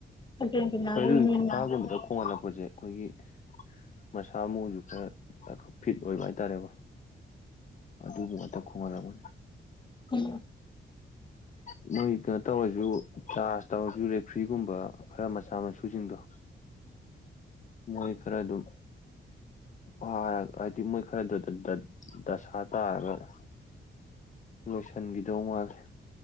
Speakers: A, on the left; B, on the left.
A: ꯑꯔꯖꯦꯟꯇꯤꯅꯥꯒꯤ
B: ꯍꯣꯏ ꯑꯗꯨꯕꯨꯗꯤ
A: ꯃꯤꯅꯤ
B: ꯐꯤꯐꯥꯒꯨꯝꯕꯗ ꯈꯣꯡꯍꯜꯂꯛꯄꯁꯦ꯫ ꯑꯩꯈꯣꯏꯒꯤ ꯃꯁꯥ ꯃꯎꯁꯨ ꯈꯔ ꯐꯤꯠ ꯑꯣꯏꯕ ꯍꯥꯏꯇꯥꯔꯦꯀꯣ ꯑꯗꯨ ꯑꯗ ꯈꯣꯡꯍꯠꯂꯝꯕꯅꯤ꯫
A: ꯎꯝ
B: ꯑꯁ ꯅꯣꯏ ꯀꯩꯅꯣ ꯇꯧꯔꯁꯨ ꯆꯥꯔꯖ ꯇꯧꯔꯁꯨ ꯔꯦꯐ꯭ꯔꯤꯒꯨꯝꯕ ꯈꯔ ꯃꯆꯥ ꯃꯁꯨꯁꯤꯡꯗꯣ꯫ ꯃꯣꯏ ꯈꯔ ꯑꯗꯨꯝ ꯐꯥꯔꯒ ꯍꯥꯏꯗꯤ ꯃꯣꯏ ꯈꯔꯗꯨꯗ ꯗꯁꯥ ꯇꯥꯔꯒ ꯂꯣꯏꯁꯤꯟꯈꯤꯗꯧ ꯃꯥꯜꯂꯦ